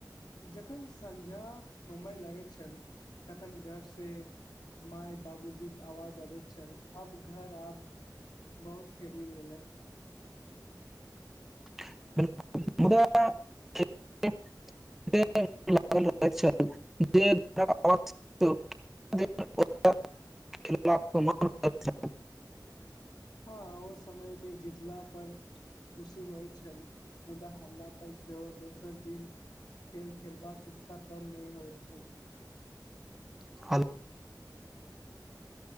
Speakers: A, on the left; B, in the centre.
A: जखन सँझा हुमइ लागैत छल तखन घरसँ माय बाबूजी के आवाज अबैत छल अब घर आब बहुत खेली लेलक
B: <inaudible> <inaudible> <inaudible> <inaudible>
A: हँ ओ समयमे जितला पर खुशी होइत छल मुदा हल्ला पर सेहो दोसर दिन फेर खेलबाक उत्साह कम नहि होइत छल
B: <unintelligible>